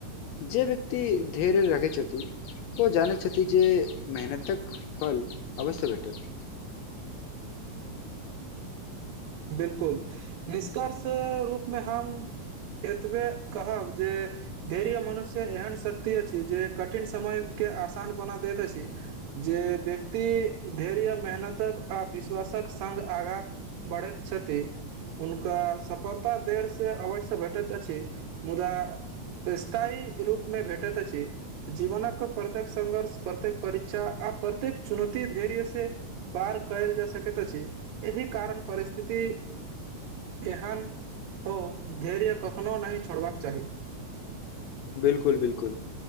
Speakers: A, on the left (about 80°); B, on the right (about 75°).
A: जे व्यक्ति धैर्य राखैत छथि ओ जानैत छथि जे मेहनतक फल अवश्य भेटत
B: बिलकुल निष्कर्ष रूपमे हम एतबे कहब जे धैर्य मनुष्य एहन शक्ति अछि जे कठिन समय के आसान बना दैत अछि जे व्यक्ति धैर्य मेहनतक आ विश्वासक संग आगाँ बढ़ैत छथि हुनका सफलता देर से अवश्य भेटैत अछि मुदा स्थायी रूपमे भेटैत अछि जीवनक प्रत्येक संघर्ष प्रत्येक परीक्षा आ प्रत्येक चुनौती धैर्य से पार कयल जा सकैत अछि एहि कारण परिस्थिति एहन हो धैर्य कखनो नहि छोड़बाक चाही
A: बिल्कुल बिलकुल